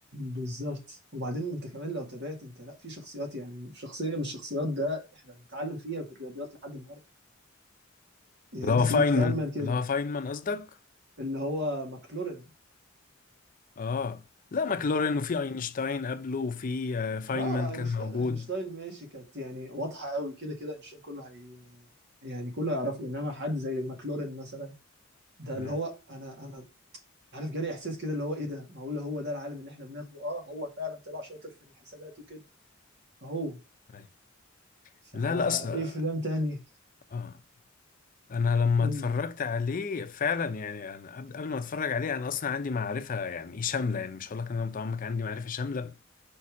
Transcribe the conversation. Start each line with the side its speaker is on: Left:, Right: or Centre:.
Right: بالظبط وبعدين انت كمان لو تابعت انت لا في شخصيات يعني شخصيه من الشخصيات ده احنا بنتعلم فيها في الرياضيات لحد النهارده يعني
Left: اللي
Right: انت
Left: هو
Right: تيجي
Left: فاينمان
Right: تتامل كده
Left: اللي هو فاينمان قصدك؟
Right: اللي هو ماكلورين
Left: اه لا ماكلورين
Right: ماكلورين
Left: وفي اينشتاين قبله وفي آه، فاينمان
Right: اه
Left: كان
Right: اينشتاين
Left: موجود
Right: اينشتاين ماشي كانت يعني واضحه قوي كده كده اينشتاين كله هي يعني كله هيعرفه انما حد زي ماكلورين مثلا ده
Left: مم.
Right: اللي هو انا انا عارف جالي احساس كده اللي هو ايه ده معقول هو ده العالم اللي احنا بناخده اه هو فعلا طلع شاطر في الحسابات وكده هو
Left: أيوة.
Right: فايه
Left: لا لا اصلا
Right: فيلم تاني
Left: اه انا لما
Right: قول
Left: اتفرجت
Right: لي
Left: عليه فعلا يعني انا قبل قبل ما اتفرج عليه انا اصلا عندي معرفه يعني ايه شامله يعني مش هقول لك ان انا متعمق عندي معرفه شامله